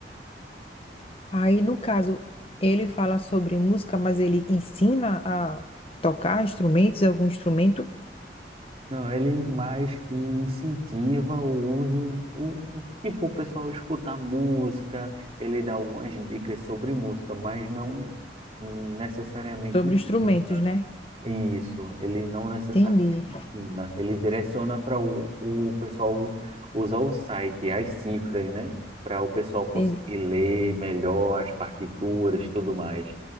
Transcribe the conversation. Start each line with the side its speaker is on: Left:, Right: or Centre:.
Left: Aí, no caso, ele fala sobre música, mas ele ensina a tocar instrumentos, algum instrumento,
Right: Não, ele mais que incentiva o uso, o, o- tipo, o pessoal escutar música, ele dá algumas dicas sobre música, mas não necessariamente
Left: sobre instrumentos,
Right: ensina.
Left: né?
Right: Isso, ele não necessariamente
Left: Entendi,
Right: ensina, ele direciona para o, o pessoal usar o site, as cifras, né? Para o pessoal conseguir
Left: entendi.
Right: ler melhor as partituras, tudo mais.